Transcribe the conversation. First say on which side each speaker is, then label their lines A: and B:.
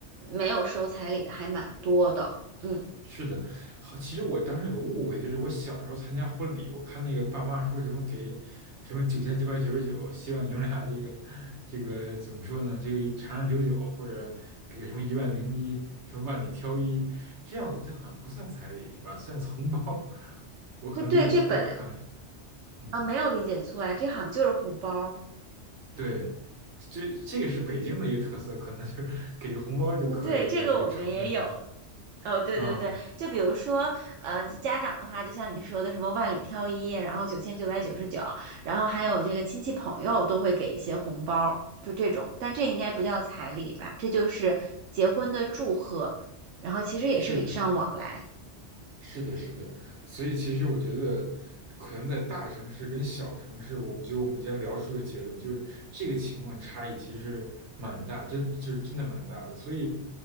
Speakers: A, on the right (about 90°); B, on the right (about 70°).
A: 没有收彩礼的还蛮多的，嗯。
B: 是的，好，其实我当时有个误会，就是我小时候参加婚礼，我看那个爸妈说什么给什么九千九百九十九，希望你们俩这个这个怎么说呢？这个长长久久，或者给个什么一万零一，什么万里挑一，这样我觉得好像不算彩礼是吧？算是红包，我可能理解错了，
A: 那对，这本来。
B: 当时，嗯，
A: 啊，没有理解错呀，这好像就是红包儿。
B: 对，这这个是北京的一个特色，可能就是给个红包就可以了在这个场面上，
A: 哦，对，这个我们也有。哦，对对对，
B: 嗯，
A: 就比如说，呃，家长的话，就像你说的什么万里挑一，然后九千九百九十九，然后还有这个亲戚朋友都会给一些红包儿，就这种。但这应该不叫彩礼吧？这就是结婚的祝贺，然后其实也是礼尚往来。
B: 是的，是的。是的，是的，所以其实我觉得，可能在大城市跟小城市，我们觉得我们今天聊出的个结论，就是这个情况差异其实是蛮大，真就是真的蛮大的。所以，